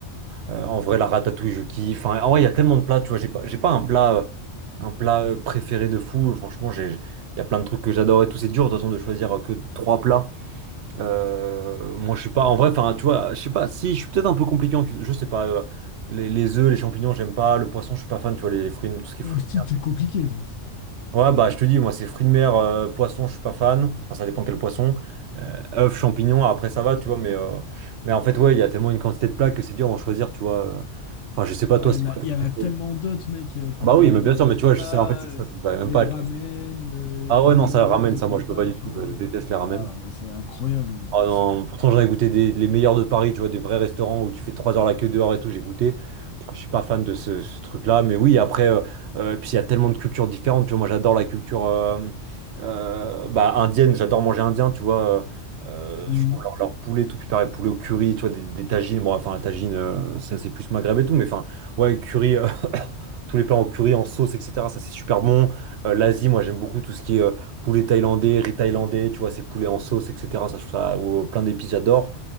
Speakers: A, on the right; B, on the left.
A: euh, en vrai, la ratatouille, je kiffe. Enfin, en vrai, il y a tellement de plats, tu vois. J'ai pas, j'ai pas un plat, euh, un plat euh, préféré de fou. Franchement, j'ai, j'ai- il y a plein de trucs que j'adore et tout. C'est dur, de toute façon, de choisir euh, que trois plats. Euh, moi, je suis pas, en vrai, enfin, tu vois, je sais pas. Si, je suis peut-être un peu compliqué en cuisine. Je sais pas. euh, les, les œufs, les champignons, j'aime pas. Le poisson, je suis pas fan. Tu vois, les, fruits, tout ce qui
B: Oh,
A: est fruits.
B: si, c'est compliqué, ça.
A: Ouais, bah je te dis, moi c'est fruits de mer, euh, poisson, je suis pas fan. Enfin, ça dépend quel poisson. Euh, œufs, champignons, après ça va, tu vois. Mais, euh, mais en fait, ouais, il y a tellement une quantité de plats que c'est dur d'en choisir, tu vois. euh. Enfin, je sais pas,
B: Bah,
A: toi,
B: il
A: c'est
B: y en a,
A: quoi
B: il y en a tellement
A: tes-
B: d'autres, mec. Euh, T'as
A: Bah oui,
B: les
A: mais bien sûr,
B: pizzas,
A: mais tu vois, je sais, en fait, c'est que
B: euh,
A: ça, ça va même
B: les
A: pas
B: ramen,
A: être-
B: euh,
A: Ah
B: bon,
A: ouais,
B: les
A: non, ça
B: omelettes,
A: ramène,
B: toi,
A: ça,
B: t'aimes
A: moi, je
B: pas,
A: peux pas du
B: tu
A: tout.
B: vois.
A: Je déteste les
B: Ah,
A: ramen.
B: ouais, c'est incroyable.
A: Oh non, pourtant j'en ai goûté des, les meilleurs de Paris, tu vois, des vrais restaurants où tu fais 3 heures la queue dehors et tout, j'ai goûté. Je suis pas fan de ce, ce truc-là, mais oui, après, euh, euh, puis il y a tellement de cultures différentes, tu vois, moi j'adore la culture euh, euh, bah, indienne, j'adore manger indien, tu vois, euh,
B: Mhm.
A: euh, je trouve leur, leur poulet tout préparé, poulet au curry, tu vois, des, des tagines, bon, enfin la tagine, euh, ça c'est plus maghreb et tout, mais enfin, ouais, curry, tous les plats en curry, en sauce, etc. Ça, c'est super bon. Euh, l'Asie, moi, j'aime beaucoup tout ce qui est euh, poulet thaïlandais, riz thaïlandais, tu vois, c'est poulet en sauce, etc. Ça, je trouve ça, ou, euh, plein d'épices, j'adore.